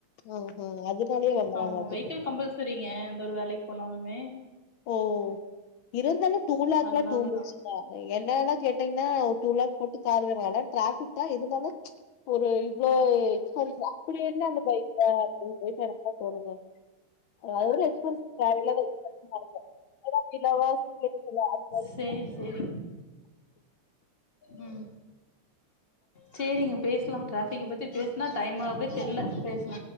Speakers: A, on the left; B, on the left.
A: ஆஹா அதனாலயே வாங்குறாங்களாட்டுக்கு
B: ஆமா வெஹிக்கில் கம்பல்சரிங்க அந்த ஒரு வேலைக் போனாலுமே
A: ஓ இருந்தாலும் டூலேக்லா
B: அதனாலதா
A: டூமச்சுல என் <unintelligible> இல்ல ஒரு டூ லக் போட்டு காரு எ இதல டிராபிக் தா இருந்தாலு ஒரு எ போ எக்ஸ்பென்சிவ் அப்படி என்ன அந்த பைக் அ <unintelligible> தோணுங்க அது ஒரு எக்ஸ்பென்ஸ் தேவையில்லாத <unintelligible>
B: சேரி சேரிங்
A: ம்
B: உம் சரிங்க பேசலாம் ட அப்பைக்கு பத்தி பேசுனா டைமாகவே தெர்ல பேஸ்ல